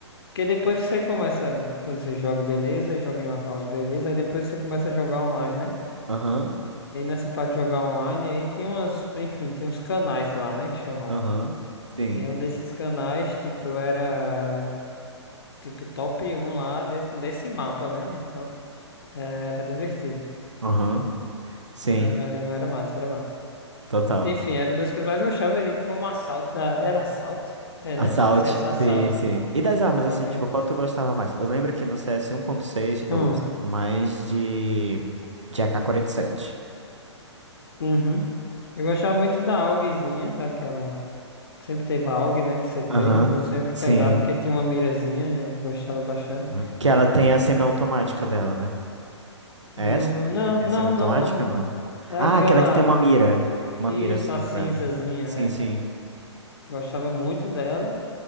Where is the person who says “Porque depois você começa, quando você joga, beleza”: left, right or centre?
Left